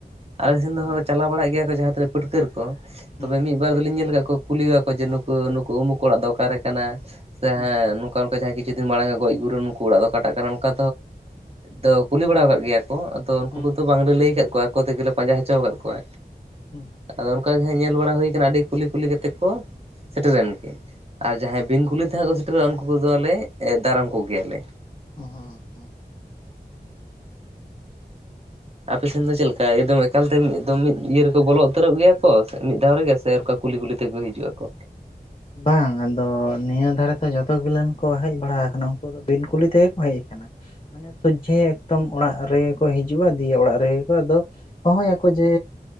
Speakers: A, on the right; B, on the left.
A: ᱟᱞᱮ
B: ᱦᱩᱸ
A: ᱥᱮᱱ ᱫᱚ
B: ᱦᱳᱭ
A: ᱦᱚᱸ ᱪᱟᱞᱟᱣ ᱵᱟᱲᱟᱜ ᱜᱮᱭᱟ ᱠᱚ ᱡ ᱡᱟᱦᱟᱸ ᱛᱤᱱᱟᱹᱜ ᱯᱟᱹᱴᱠᱟᱹᱨ ᱠᱚ
B: ᱦᱩᱸ
A: ᱛᱚᱵᱮ ᱢᱤᱫ ᱟᱨ ᱫᱚᱞᱤᱧ ᱧᱮᱞ ᱟᱠᱟᱫ ᱠᱚᱣᱟ ᱠᱩᱞᱤᱣᱟᱠᱚ ᱡᱮ ᱱᱩᱠᱩ ᱱᱩᱠᱩ ᱱᱩᱠᱩ ᱚᱲᱟᱜ ᱫᱚ ᱚᱠᱟᱨᱮ ᱠᱟᱱᱟ ᱥᱮ
B: ᱦᱩᱸ
A: ᱦᱮᱸ ᱚᱱᱠᱟᱱᱠᱟ ᱡᱟᱦᱟᱸᱭ ᱠᱤᱪᱷᱩ ᱫᱤᱱ ᱢᱟᱲᱟᱝᱮ ᱜᱚᱡ ᱜᱩᱨᱮᱱ ᱱᱩᱠᱩ ᱚᱲᱟᱜ ᱫᱚ ᱠᱟᱴᱟᱜ ᱠᱟᱱᱟ ᱚᱱᱠᱟ ᱫᱚ ᱠᱩᱞᱤ ᱵᱟᱲᱟ ᱟᱠᱟᱫ ᱜᱮᱭᱟ ᱟᱫᱚ ᱩᱱᱠᱩ
B: ᱦᱩᱸ
A: ᱠᱚᱫᱚ ᱵᱟᱝᱞᱮ ᱞᱟᱹᱭ ᱟᱠᱟᱫ ᱠᱚᱣᱟ ᱟᱠᱚ ᱛᱮᱜᱮᱞᱮ ᱯᱟᱸᱡᱟ ᱦᱚᱪᱚ ᱟᱠᱟᱫ ᱠᱚᱣᱟ᱾
B: ᱦᱮᱸ
A: ᱟᱫᱚ ᱚᱱᱠᱟᱜ ᱜᱮ ᱦᱟᱸᱜ ᱧᱮᱞ ᱵᱟᱲᱟ ᱦᱩᱭ ᱠᱟᱱᱟ ᱟᱹᱰᱤ ᱠᱩᱞᱤ ᱠᱩᱞᱤ ᱠᱟᱛᱮᱫ ᱠᱚ ᱥᱮᱴᱮᱨᱮᱱ ᱜᱮ ᱟᱨ ᱡᱟᱦᱟᱸᱭ ᱵᱤᱱ ᱠᱩᱞᱤ ᱛᱮ ᱦᱟᱸᱜ ᱠᱚ ᱥᱮᱴᱮᱨᱚᱜᱼᱟ ᱩᱱᱠᱩ ᱠᱚᱫᱚᱞᱮ ᱫᱟᱨᱟᱢ ᱠᱚᱜᱮᱭᱟᱞᱮ
B: ᱦᱩᱸ ᱦᱩ
A: ᱟᱯᱮᱥᱮᱱ ᱫᱚ ᱪᱮᱫ ᱞᱮᱠᱟ ᱮᱠᱫᱚᱢ ᱮᱠᱟᱞᱛᱮᱚᱢ ᱢᱤᱫ ᱤᱭᱟᱹ ᱨᱮᱠᱚ ᱵᱚᱞᱚ ᱩᱛᱟᱹᱨᱚᱜ ᱜᱮᱭᱟ ᱠᱚ ᱢᱤᱫ ᱫᱷᱟᱣ ᱨᱮᱜᱮ ᱥᱮ ᱠᱩᱞᱤ ᱠᱩᱞᱤ ᱛᱮᱠᱚᱮ ᱦᱤᱡᱩᱜᱼᱟ ᱠᱚ
B: ᱵᱟᱝ ᱟᱫᱚ ᱱᱤᱭᱟᱹ ᱫᱷᱟᱨᱮᱛᱮ ᱡᱚᱛᱚ ᱜᱮᱞᱟᱹᱱ ᱠᱚ ᱦᱮᱡ ᱵᱟᱲᱟ ᱟᱠᱟᱱᱟ ᱩᱱᱠᱩ ᱫᱚ ᱵᱤᱱ ᱠᱩᱞᱤ ᱛᱮᱜᱮ ᱠᱚ ᱦᱮᱡ ᱟᱠᱟᱱᱟ᱾ ᱢᱟᱱᱮ ᱥᱚᱡᱡᱷᱮ ᱮᱠᱫᱚᱢ ᱚᱲᱟᱜ ᱨᱮᱜᱮ ᱠᱚ ᱦᱤᱡᱩᱜᱼᱟ ᱫᱤᱭᱮ ᱚᱲᱟᱜ ᱨᱮᱜᱮ ᱠᱚ ᱟᱫᱚ ᱦᱚᱦᱚᱭᱟᱠᱚ ᱡᱮ